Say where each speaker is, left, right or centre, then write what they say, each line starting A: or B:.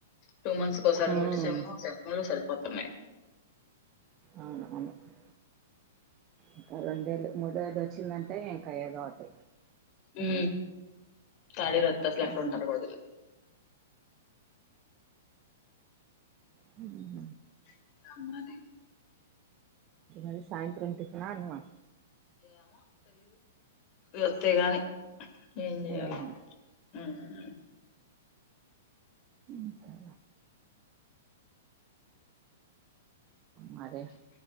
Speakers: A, on the left; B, on the right.
A: టూ మంత్స్ కోసారి
B: ఉమ్
A: మిట్టిపంలో సరిపోతున్నాయి
B: అవును అన్నమే ఇంకా రెండేలు మూడ వేలు వచ్చిందంటే ఇంకాయ్యేదో ఒకటే
A: హ తాడి రత్తస్లక్క
B: ఉమ్
A: తబడుద
B: హుమ్
A: <inaudible>
B: అరి సాయంత్రం టిఫిన అన్నమా
A: వస్తే కానీ ఏం చేయాల
B: ఉహు
A: ఉమ్
B: ఇా ఇంకా మరి